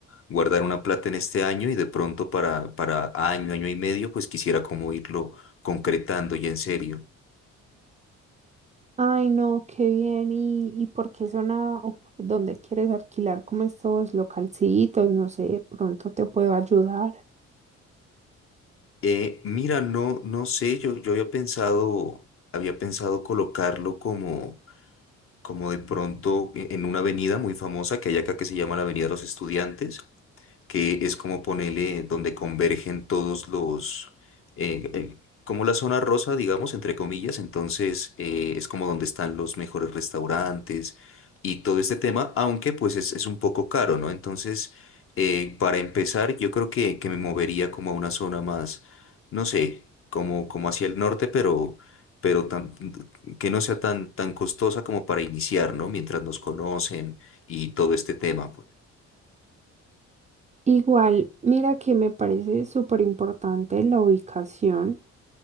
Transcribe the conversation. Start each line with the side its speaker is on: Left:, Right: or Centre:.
Left: guardar una plata en este año y de pronto para, para año, año y medio, pues quisiera como irlo concretando y en serio.
Right: Ay, no, qué bien. ¿Y, y por qué zona o por dónde quieres alquilar como estos localcitos? No sé, de pronto te puedo ayudar.
Left: Eh, mira, no, no sé, yo, yo había pensado, había pensado colocarlo como, como de pronto en en una avenida muy famosa que hay acá que se llama la Avenida de los Estudiantes. que es como ponerle donde convergen todos los, eh, eh, como la zona rosa, digamos, entre comillas, entonces eh, es como donde están los mejores restaurantes y todo este tema, aunque pues es, es un poco caro, ¿no? Entonces, eh, para empezar, yo creo que, que me movería como a una zona más, no sé, como, como hacia el norte, pero... pero tan- que no sea tan, tan costosa como para iniciar, ¿no? Mientras nos conocen y todo este tema, pues.
Right: Igual, mira que me parece súper importante la ubicación